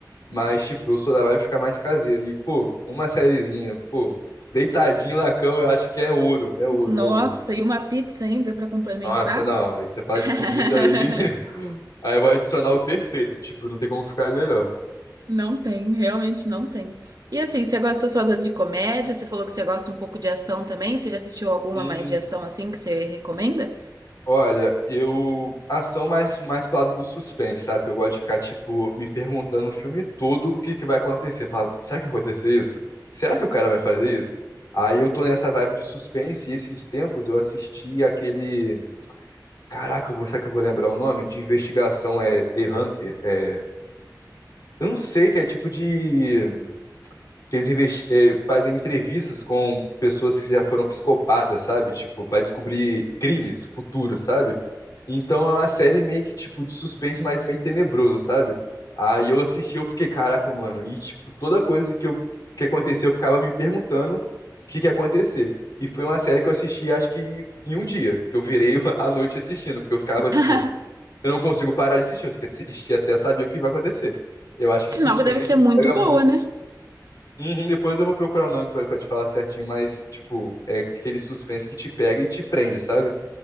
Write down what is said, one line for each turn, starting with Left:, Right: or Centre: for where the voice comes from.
Left: Mas, tipo, eu sou da vibe de ficar mais caseiro. E, pô, uma sériezinha, pô, deitadinho na cama, eu acho que é ouro. É ouro,
Right: Nossa,
Left: é ouro.
Right: e uma pizza ainda pra complementar?
Left: Nossa, não. Aí você fala
Right: <laughs>
Left: de comida aí. <laughs> Aí vai adicionar o perfeito. Tipo, não tem como ficar melhor.
Right: Não tem, realmente não tem. E assim, você gosta só das de comédia? Você falou que você gosta um pouco de ação também. Você já assistiu alguma
Left: Hum,
Right: mais de ação assim que você recomenda?
Left: Olha, eu. Ação mais, mais pro lado do suspense, sabe? Eu gosto de ficar, tipo, me perguntando o filme todo o que que vai acontecer. Falando, será que vai acontecer isso? Será que o cara vai fazer isso? Aí eu tô nessa vibe de suspense e esses tempos eu assisti aquele. Caraca, eu vou- será que eu vou lembrar o nome? De investigação, é The Hunter. É. Eu não sei, que é tipo de. Que eles investi- é, fazem entrevistas com pessoas que já foram psicopatas, sabe? Tipo, pra descobrir crimes futuros, sabe? Então é uma série meio que, tipo, de suspense, mas meio tenebroso, sabe? Aí eu assisti, eu fiquei, caraca, mano. E, tipo, toda coisa que, eu, que aconteceu, eu ficava me perguntando o que que ia acontecer. E foi uma série que eu assisti, acho que em um dia, que eu virei <laughs> a noite assistindo, porque eu ficava, tipo,
Right: <laughs>
Left: eu não consigo parar de assistir, eu tenho que assistir até saber o que vai acontecer. Eu acho que
Right: Sinal
Left: suspense
Right: que deve ser
Left: me
Right: muito
Left: pega
Right: boa,
Left: muito.
Right: né?
Left: Uhum, depois eu vou procurar o nome pra, pra te falar certinho, mas, tipo, é aquele suspense que te pega e te prende, sabe?